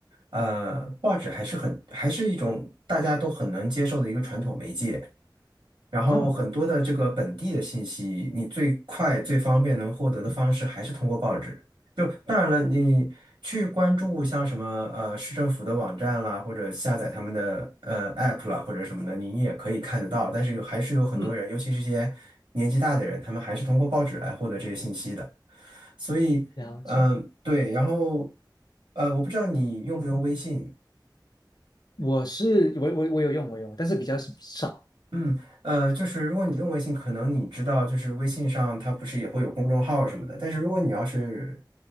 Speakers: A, on the right (about 80°); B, on the left (about 60°).
A: 呃，报纸还是很还是一种大家都很难接受的一个传统媒介，然后很多的这个本地的信息，
B: 哦，
A: 你最快最方便能获得的方式还是通过报纸。就当然了，你去关注像什么呃市政府的网站啦，或者下载他们的呃 app 啦，或者什么的，你也可以看得到。但是有还是有很多人，
B: 嗯，
A: 尤其是一些年纪大的人，他们还是通过报纸来获得这些信息的。所以，
B: 了解。
A: 嗯、对，然后呃，我不知道你用不用微信。
B: 我是我我我有用我有用，但是比较少。
A: 嗯，呃，就是如果你用微信，可能你知道，就是微信上它不是也会有公众号什么的，但是如果你要是